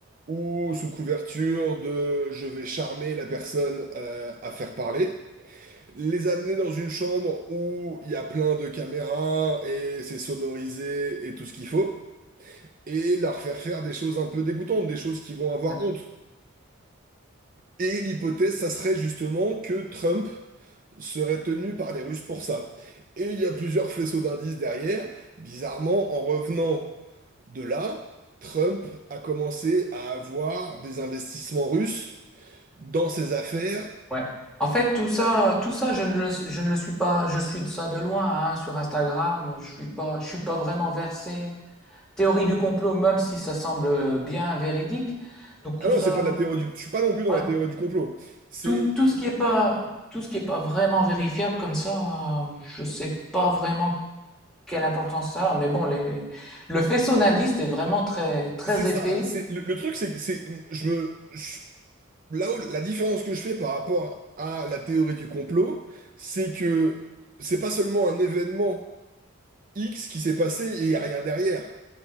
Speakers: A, on the right; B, in the centre.
A: ou sous couverture de je vais charmer la personne euh, à faire parler. Les amener dans une chambre où il y a plein de caméras et c'est sonorisé et tout ce qu'il faut. Et leur faire faire des choses un peu dégoûtantes, des choses qui vont avoir
B: Mhm.
A: honte. Et l'hypothèse, ça serait justement que Trump serait tenu par les Russes pour ça. Et il y a plusieurs faisceaux d'indices derrière. Bizarrement, en revenant de là, Trump a commencé à avoir des investissements russes dans ses affaires.
B: Ouais. En fait, tout ça, tout ça, je ne le, je ne le suis pas. Je suis de ça de loin, hein, sur Instagram. Je suis pas, je suis pas vraiment versé théorie du complot, même si ça semble euh, bien véridique. Donc
A: Ah
B: tout
A: non,
B: ça,
A: c'est pas de la théorie du... Je suis pas non plus dans la
B: ouais.
A: théorie du complot. C'est
B: Tout, tout ce qui est pas, tout ce qui est pas vraiment vérifiable comme ça, euh, je sais pas vraiment quelle importance ça a. Mais bon, les, le faisceau d'indices est vraiment très, très
A: c'est ça.
B: épais.
A: C'est le, le truc, c'est que c'est je me je- là où la différence que je fais par rapport à la théorie du complot, c'est que c'est pas seulement un événement X qui s'est passé et il n'y a rien derrière.